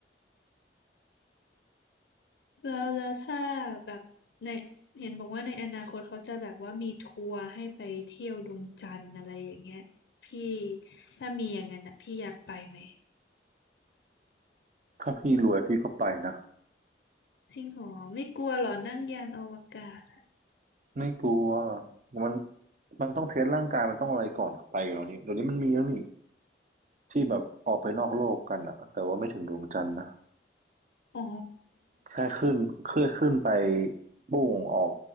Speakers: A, on the left; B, on the right.
A: แล้วแล้วถ้าแบบในเห็นบอกว่าในอนาคตเขาจะแบบว่ามีทัวร์ให้ไปเที่ยวดวงจันทร์อะไรอย่างเงี้ยพี่ถ้ามีอย่างนั้นนะพี่อยากไปไหม
B: ถ้าพี่รวยพี่ก็ไปนะ
A: จริงเหรอไม่กลัวเหรอนั่งยานอวกาศ
B: ไม่กลัวมันมันต้องเทสร่างกายมันต้องอะไรก่อนไปอยู่แล้วนี่เดี๋ยวนี้มันมีแล้วนี่ที่แบบออกไปนอกโลกกันอะแต่ว่าไม่ถึงดวงจันทร์นะ
A: อ๋อ
B: แค่ขึ้นเคลื่อนขึ้นไปโป่งออก